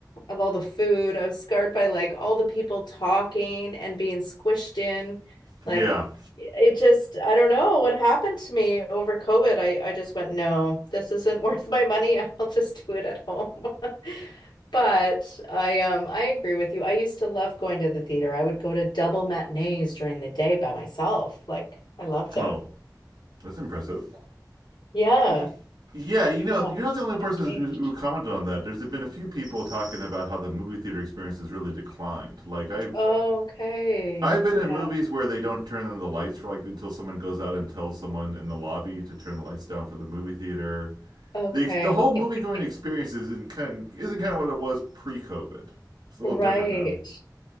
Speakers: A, on the left; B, on the right.
A: of all the food. I was scarred by like all the people talking and being squished in. Like
B: Yeah.
A: it just, I don't know what happened to me over COVID. I, I just went, no, this isn't <laughs> worth my money. I'll just do it at home. <laughs> But I um I agree with you. I used to love going to the theater. I would go to double matinees during the day by myself. Like I loved it.
B: Oh, that's impressive.
A: Yeah.
B: Y- Yeah, you
A: Yeah.
B: know, you're not the only person
A: I've changed.
B: who, who commented on that. There's been a few people talking about how the movie theater experience has really declined. Like I've
A: Okay.
B: I've been
A: Yeah.
B: in movies where they don't turn on the lights for like until someone goes out and tells someone in the lobby to turn the lights down for the movie theater.
A: Okay.
B: The the whole movie
A: <laughs>
B: going experience isn't kind of, isn't kind of what it was pre COVID. It's a little
A: Right.
B: different now.